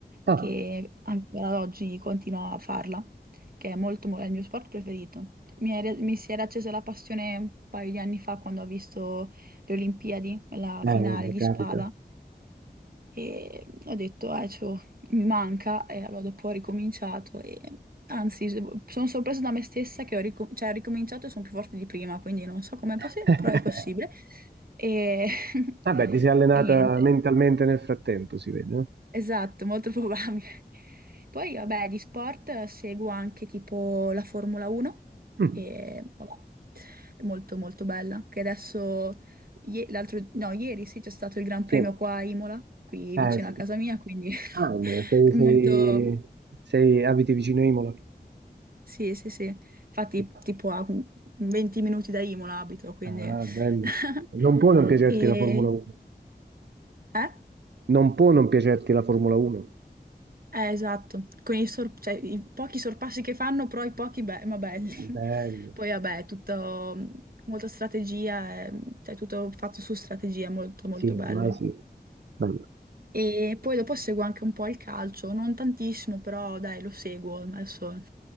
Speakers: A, on the right; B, on the right.
A: Ah,
B: che ancora ad oggi continuo a farla, che è molto, mo- è il mio sport preferito. Mi, è- mi si era accesa la passione un paio di anni fa quando ho visto le Olimpiadi, la
A: Eh,
B: finale
A: vabbè,
B: di
A: capita.
B: spada, e ho detto, eh, c'ho- mi manca, e allora dopo ho ricominciato, e anzi, se- sono sorpresa da me stessa che ho, ricom- cioè, ho ricominciato e sono più forte di prima, quindi non so com'è possibile,
A: <laughs>
B: però è possibile. E, <laughs>
A: vabbè, ti sei allenata
B: e niente.
A: mentalmente nel frattempo, si vede, no?
B: Esatto, molto <laughs> probabile. Poi, vabbè, di sport eh, seguo anche tipo la Formula 1,
A: Mm.
B: che vabbè, è molto molto bella, che adesso, ie- l'altro, no, ieri sì, c'è stato il Gran
A: Sì.
B: Premio qua a Imola, qui
A: Eh,
B: vicino
A: sì.
B: a casa
A: sì.
B: mia, quindi <laughs>
A: Ah, no, sei,
B: è
A: Sei,
B: molto...
A: sei- abiti vicino a Imola?
B: Sì, sì, sì. Infatti,
A: Sì.
B: tipo a 20 minuti da Imola abito, quindi...
A: Ah, bello.
B: <laughs>
A: Non può non piacerti
B: E...
A: la Formula 1.
B: Eh?
A: Non può non piacerti la Formula 1.
B: Eh, esatto, con i, sor- cioè, i pochi sorpassi che fanno, però i pochi be- ma belli.
A: Bello.
B: <laughs> Poi vabbè, è tutto mm, molta strategia, eh, cioè tutto fatto su strategia, è molto molto
A: Sì,
B: bello.
A: ormai sì. Dai,
B: E poi dopo seguo anche un po' il calcio, non tantissimo, però dai, lo seguo adesso.